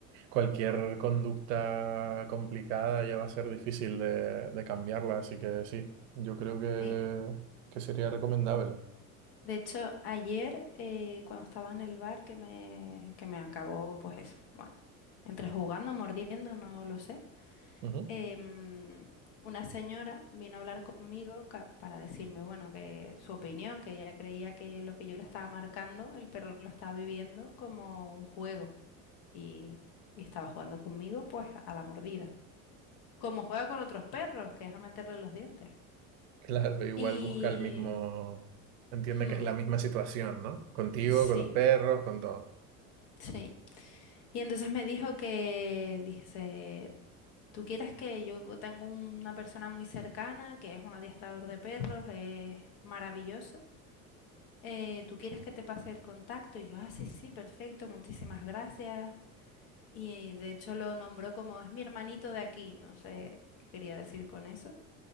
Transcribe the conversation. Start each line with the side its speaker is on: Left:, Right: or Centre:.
Right: cualquier conducta complicada ya va a ser difícil de, de cambiarla, así que sí, yo creo que,
Left: sí.
Right: que sería recomendable.
Left: De hecho, ayer eh, cuando estaba en el bar que me, que me acabó, pues eso, bueno, entre jugando, mordiendo, no lo sé.
Right: Ujú.
Left: em, una señora vino a hablar conmigo ca- para decirme, bueno, que su opinión, que ella creía que lo que yo le estaba marcando, el perro lo estaba viviendo como un juego y, y estaba jugando conmigo pues a la mordida, como juega con otros perros, que es a meterle los dientes.
Right: Claro, igual
Left: Y
Right: busca el mismo, entiende
Left: <clears throat>
Right: que es la misma situación, ¿no? Contigo,
Left: sí,
Right: con los perros, con todo.
Left: sí. Y entonces me dijo que, dice, Tú quieres que yo tengo una persona muy cercana, que es un adiestrador de perros, es maravilloso, eh, ¿tú quieres que te pase el contacto? Y yo, ah, sí, sí, perfecto, muchísimas gracias. Y eh, de hecho lo nombró como es mi hermanito de aquí, no sé qué quería decir con eso.